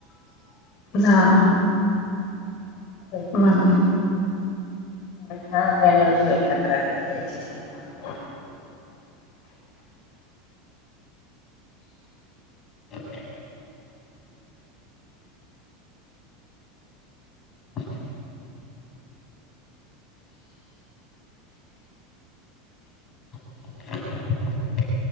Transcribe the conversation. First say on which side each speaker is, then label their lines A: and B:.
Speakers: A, on the left; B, on the left.
A: हा म्हणुन. हा त्र्याण्णव झिरो एकाहत्तर अठ्याहत्तर एकशे शहाण्णव.
B: ह <inaudible> त <inaudible> हह <inaudible>